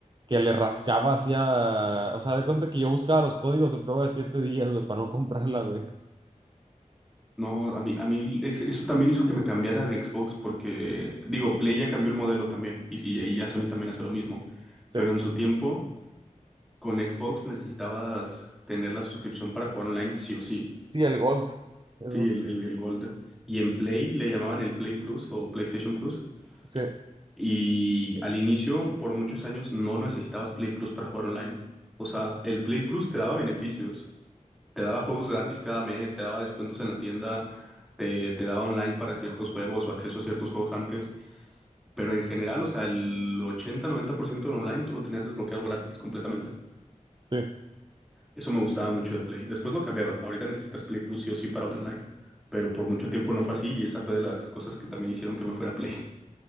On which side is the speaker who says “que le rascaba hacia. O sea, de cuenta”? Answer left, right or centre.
Right